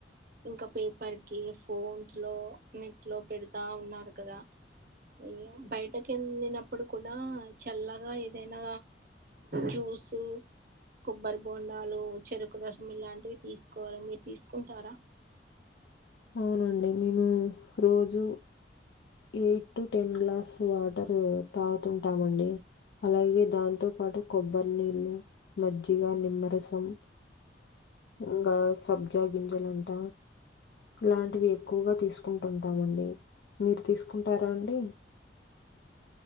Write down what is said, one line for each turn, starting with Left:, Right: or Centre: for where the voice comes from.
Right: ఇంకా పేపర్ కి ఫోన్స్ లో నెట్ లో పెడతా ఉన్నారు కదా ఇగ బయటకి వెళ్ళినప్పుడు కూడా చల్లగా ఏదైనా జ్యూస్ స్ కొబ్బరి బొండాలు చెరుకు రసం ఇలాంటివి తీసుకోవాలి మీరు తీసుకుంటారా
Left: అవునండి మేము రోజు eight to ten glass water తాగుతుంటామండి అలాగే దాంతో పాటు కొబ్బరి నీళ్ు మజ్జిగా నిమ్మరసం ఇంగ సబ్జా గింజలంట ఇలాంటివి ఎక్కువగా తీసుకుంటుంటామండి మీరు తీసుకుంటారా అండి